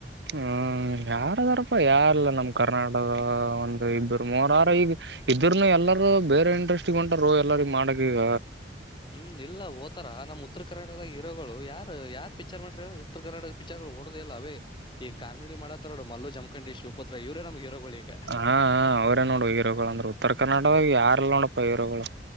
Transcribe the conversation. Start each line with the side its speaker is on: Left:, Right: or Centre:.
Right: ಹ್ಮ್ ಯಾರದಾರಪ್ಪ ಯಾರಿಲ್ಲ ನಮ ಕರ್ನಾಟಕದ ಒಂದು ಇಬ್ಬರು ಮೂವರ್ ಆರ್ ಈಗ. ಇದ್ರನು ಎಲ್ಲಾರೂ ಬೇರೆ ಇಂಡ್ರೆಸ್ಟಗ್ ಹೊಂಟಾರ ಎಲ್ಲರ ಮಾಡಕ್ ಈಗ.
Left: ಹ್ಮ್ ಇಲ್ಲ ಹೋತರ ನಮ್ ಉತ್ತರ ಕರ್ನಾಟಕದ ಹೀರೋಗಳು ಯಾರು ಯಾರ್ ಪಿಕ್ಚರ್ ಮಾಡ್ರ ಉತ್ತರ ಕರ್ನಾಟಕದ, ಪಿಕ್ಚರ್ ಗಳು ಓಡದಿಲ್ಲ ಅವೇ ಈ ಕಾಮಿಡಿ ಮಾಡತ್ತರ್ ನೋಡು ಮಲ್ಲು ಜಮಖಂಡಿ ಶಿವಪುತ್ರ ಇವ್ರೇ ನಮ್ ಹೀರೋಗಳ ಈಗ
Right: ಹಾ ಹಾ ಅವ್ರೇ ನೋಡ. ಇರುಗಳಂದ್ರ ಉತ್ತರ ಕರ್ನಾಡದಾಗ ಯಾರ್ ಇಲ್ಲ ನೋಡಣಪ್ಪ ಇರೋ ಗಳು.